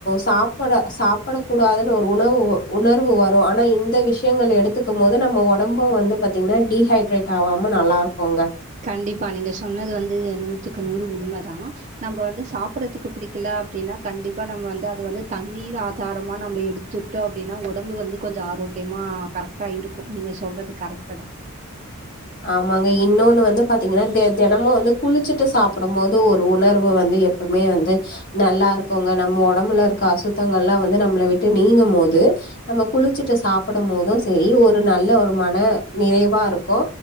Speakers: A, on the left; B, on the right.
A: சாப்பிட சாப்பிடக் கூடாதுன்னு ஒரு உணவு உணர்வு வரு ஆனா இந்த விஷ ஷயங்கள் எடுத்துக்கும் போது நம்ம ஒடம்பு வந்து பார்த்தீங்னா டிஹைட்ரேட் ஆகாம நல்லா இருக்குங்க
B: கண்டிப்பா நீங்க சொன்னது வந்து நூத்துக்கு நூறு உண்மதா நம்ப வந்து சாப்டுறதுக்கு பிடிக்கல அப்படின்னா கண்டிப்பா நம்ம வந்து அது வந்து தண்ணீர் ஆதாரமா நம்ம எடு துக்டோ அப்டினா ஒடம்பு வந்து கொஞ்ச ஆரோக்கியமாக கரெக்டாக இருக்கு நீங்க சொல்றது கரெக்ட் தா
A: ஆமாங்க இன்னொன்னு வந்து பாத்தீங்கனா தெ தெனமு வந்து குளிச்சுட்டு சாப்பிடும் போது ஒரு உணர்வு வந்து எப்பமே வந்து நல்லா இருக்குங்க நம்ம ஒடம்புல இருக்க அசுத்தங்கள்ல்லா வந்து நம்மள விட்டு நீங்கும் போது நம்ம குளிச்சிட்டு சாப்படும் போது சேரி ஒரு நல்ல ஒரு மன நிறைவா இருக்கோ